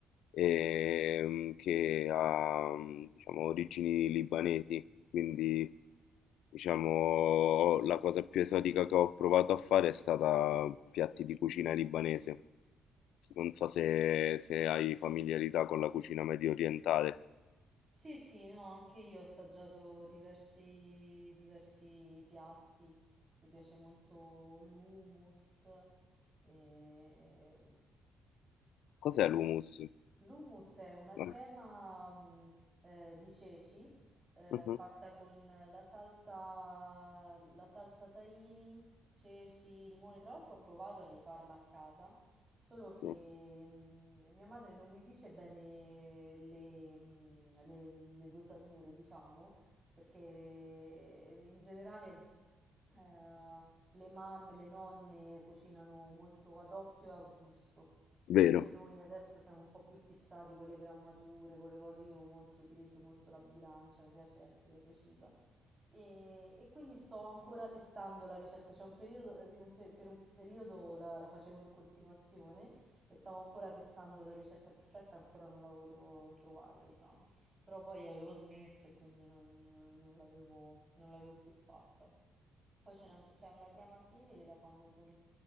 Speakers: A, on the left; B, on the right.
A: ehm, che ha, diciamo, origini libanesi, quindi... Diciamo, la cosa più esotica che ho provato a fare è stata piatti di cucina libanese. Non so se, se hai familiarità con la cucina medio orientale.
B: Sì, sì, no, anche io ho assaggiato diversi, diversi piatti. Mi piace molto l'hummus, e
A: Cos'è
B: Eh,
A: l'hummus?
B: l'hummus è una crema
A: Ah,
B: mm, eh, di ceci eh,
A: mhm,
B: fatta con la salsa, la salsa tahini, ceci, limoni. Tra l'altro ho provato a rifarla a casa, solo che
A: sì,
B: mm, mia madre non mi dice bene le, mm, le- le dosature, diciamo, perché eh, in generale... eh, le mamme, le nonne cucinano molto ad occhio e a gusto.
A: vero.
B: Invece noi adesso siamo un po' più fissati con le grammature, con le cose, io molto, utilizzo molto la bilancia, mi piace essere precisa. E, e quindi sto ancora testando la ricetta. C'è un periodo, eh, in un pe- per un periodo la, la facevo in continuazione e stavo ancora testando la ricetta perfetta, ancora non l'avevo tro- trovata, diciamo. Però poi avevo smesso e quindi non, non l'avevo, non l'avevo più fatta. Poi ce n'è un- c'è una crema simile, la fanno con